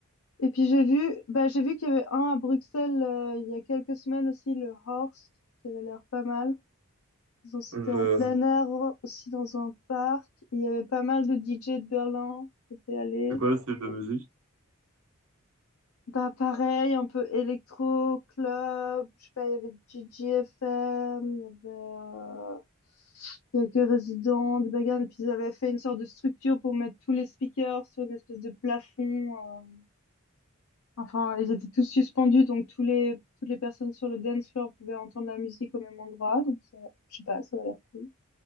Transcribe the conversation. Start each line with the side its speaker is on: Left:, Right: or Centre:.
Left: Et puis j'ai vu, bah j'ai vu qu'il y avait un à Bruxelles euh, il y a quelques semaines aussi, le Horst, qui avait l'air pas mal. Ils ont- C'était
Right: Le...
Left: en plein air aussi dans un parc. Il y avait pas mal de DJ de Berlin qui étaient allés.
Right: C'est quoi le style de musique?
Left: Bah pareil, un peu électro club. Je sais pas, il y avait DJFM, il y avait. euh, quelques résidents, des bagarres, et puis ils avaient fait une sorte de structure pour mettre tous les speakers sur une espèce de plafond. euh, Enfin, ils étaient tous suspendus, donc tous les, toutes les personnes sur le dance floor pouvaient entendre la musique au même endroit. Donc, ça, je sais pas, ça a l'air cool.